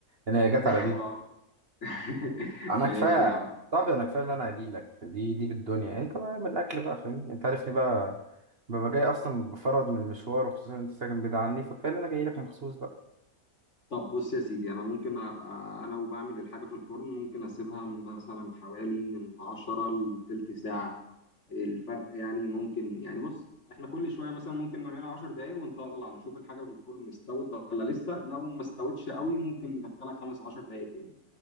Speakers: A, on the right (about 45°); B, on the left (about 50°).
A: أنا هي جت
B: <laughs>
A: على دي
B: خلاص. <laughs>
A: أنا
B: ماشي
A: كفاية
B: يا عم
A: طب أنا كفاية اللي أنا هجيلك دي دي بالدنيا أنت بقى من الأكل بقى فاهمني أنت عارفني بقى ببقى جاي أصلا بفرض من المشوار وخصوصا أنت ساكن بعيد عني فكفاية اللي أنا جايلك مخصوص بقى
B: طب بص يا سيدي انا ممكن ابقى انا وبعمل الحاجه في الفرن ممكن اسيبها مثلا حوالي من 10 لتلت ساعه الفرق يعني ممكن يعني بص احنا كل شويه مثلا ممكن نعملها 10 دقائق ونطلع نشوف الحاجه في الفرن استوت ولا لسه لو ما استوتش قوي ممكن ندخلها خمس 10 دقائق تاني